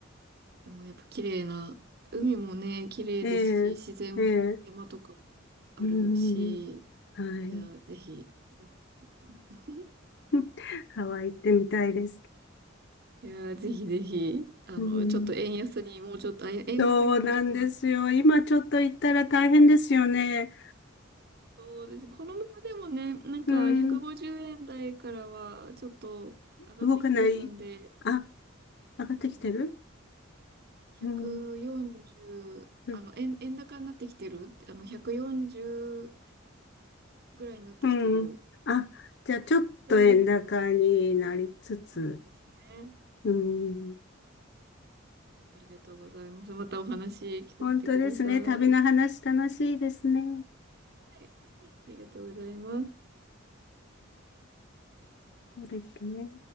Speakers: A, on the right; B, on the left.
A: でもやっぱ綺麗な、海もね、綺麗ですし、
B: ええ。
A: 自然も山とかも
B: ええ。
A: あるし、
B: うーん。はい。
A: いや、ぜひ。うん <laughs>
B: <laughs> ハワイ行ってみたいです。
A: いや、ぜひぜひ、あの、
B: うん。
A: ちょっと円安にもうちょっと、あ、円高にもうちょっとなって
B: そうなんですよ。今ちょっと行ったら大変ですよね。
A: そうですね。このままでもね、なんか150円台からはちょっと上がってきてるんで、
B: うん、動かない。あ、上がってきてる
A: うん140、
B: うん、うん。
A: あの、円、円高になってきてるあの、140ぐらいになってきてる。
B: うんあ、じゃあちょっと円高になりつつ。
A: に比べれば、そうですね。
B: うん、
A: いやありがとうございます。またお話聞かせてください。
B: 本当ですね。
A: は
B: 旅の話楽しいですね。
A: いありがとうございます。
B: そうですね。